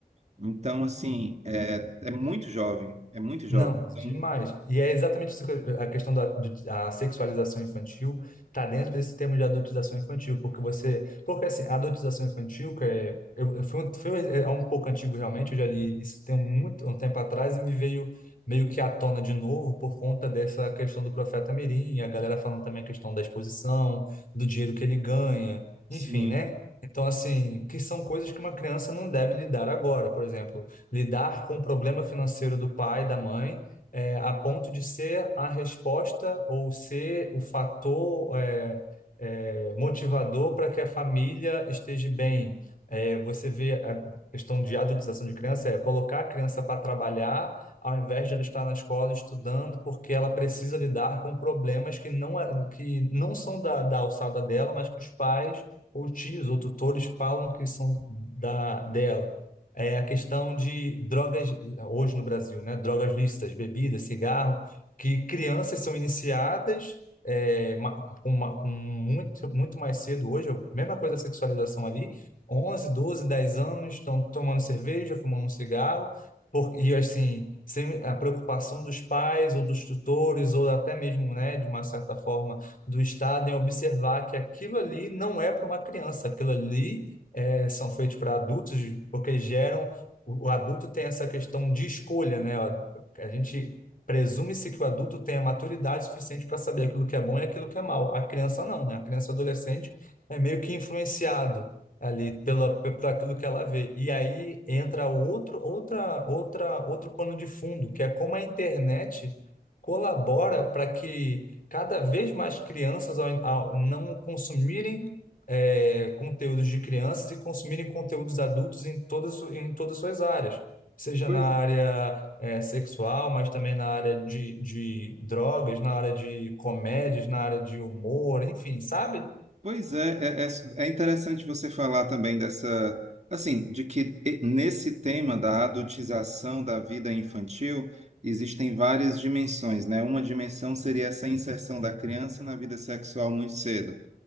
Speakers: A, on the right (about 45°); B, on the left (about 60°).
A: Então, assim, é, é muito jovem, é muito jovem.
B: Não, demais.
A: Então,
B: E é exatamente isso que eu- a questão da, do- da sexualização infantil está dentro desse termo de adultização infantil, porque você, porque assim, a adultização infantil que é, eu, eu- foi, um- foi um- é um pouco antigo realmente, eu já li isso tem muito um tempo atrás e me veio meio que à tona de novo por conta dessa questão do Profeta Mirim, e a galera falando também a questão da exposição, do dinheiro que ele ganha,
A: sim.
B: enfim, né? Então, assim, que são coisas que uma criança não deve lidar agora, por exemplo lidar com o problema financeiro do pai, da mãe, é, a ponto de ser a resposta ou ser o fator é, é, motivador para que a família esteja bem. É, você vê a questão de adultização de criança, é colocar a criança para trabalhar ao invés de ela estar na escola estudando, porque ela precisa lidar com problemas que não, é- que não são da, da alçada dela, mas que os pais ou tios ou tutores falam que são da, dela é a questão de drogas, hoje no Brasil, né? Drogas lícitas, bebida, cigarro, que crianças são iniciadas é, ma- com, ma- com muito, muito mais cedo hoje, é a mesma coisa da sexualização ali, 11, 12, 10 anos estão tomando cerveja, fumando um cigarro, por, e assim, sem a preocupação dos pais ou dos tutores, ou até mesmo, né, de uma certa forma, do Estado em observar que aquilo ali não é para uma criança, aquilo ali é, são feitos para adultos, porque geram. O o adulto tem essa questão de escolha, né? A a gente presume-se que o adulto tenha maturidade suficiente para saber aquilo que é bom e aquilo que é mal. A criança não, né? A criança adolescente é meio que influenciado ali pela, por aquilo que ela vê. E aí entra outro, outra, outra, outro pano de fundo, que é como a internet colabora para que cada vez mais crianças, ao, ao não consumirem é, conteúdos de crianças e consumirem conteúdos adultos em todas, em todas as suas áreas, seja
A: Pois,
B: na área é, sexual, mas também na área de, de drogas, na área de comédias, na área de humor, enfim, sabe?
A: pois é, é, é, é interessante você falar também dessa, assim, de que e- nesse tema da adultização da vida infantil existem várias dimensões, né? Uma dimensão seria essa inserção da criança na vida sexual muito cedo.